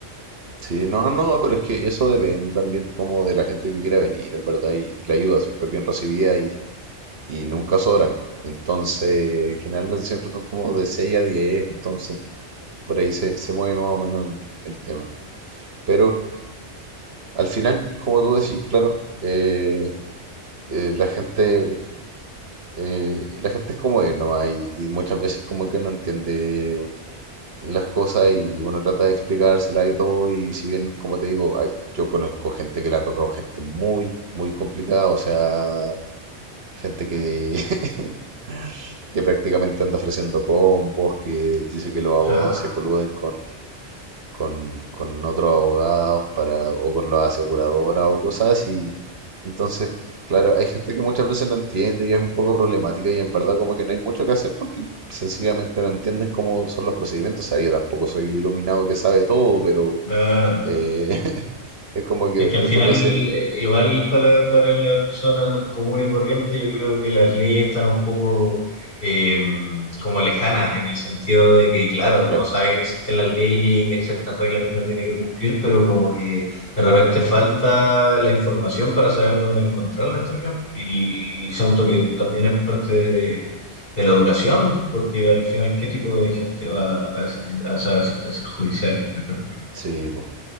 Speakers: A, on the right; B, on the left.
A: Sí, no, no, no, pero es que eso depende también como de la gente que quiera venir, en verdad, y, la ayuda siempre es bien recibida y, y nunca sobran. Entonces, generalmente siempre son como de 6 a 10. entonces por ahí se, se mueve más o menos el, el tema. Pero al final, como tú decís, claro, eh, eh, la gente, eh, la gente es como es nomás y, y muchas veces como que no entiende las cosas y uno trata de explicársela y todo. Y si bien, como te digo, hay- yo conozco gente que la ha tocado, gente muy, muy complicada, o sea, gente que, <laughs> que prácticamente anda ofreciendo combos, que dice que los
B: O
A: abogados
B: sea,
A: se coluden con, con, con otros abogados para, o con las aseguradoras o cosas así. Entonces, claro, hay gente que muchas veces no entiende y es un poco problemática y en verdad como que no hay mucho que hacer porque sencillamente no entienden cómo son los procedimientos. O sea, yo tampoco soy el iluminado que sabe todo, pero
B: claro.
A: eh, <laughs> es como que
B: Es que al
A: muchas
B: final,
A: veces, el-
B: eh, igual para, para la persona común y corriente, yo creo que las leyes están un poco eh, como lejanas, en el sentido de que, claro, uno
A: claro,
B: sabe que existen las leyes y que hay ciertas reglas que uno tiene que cumplir, pero como que de repente falta la información para saber dónde encontrarlas también. Y, y siento que también es parte de, de la educación, porque al final, ¿qué tipo de gente va a, ese- a esa asistencia judicial, por ejemplo?
A: sí, po,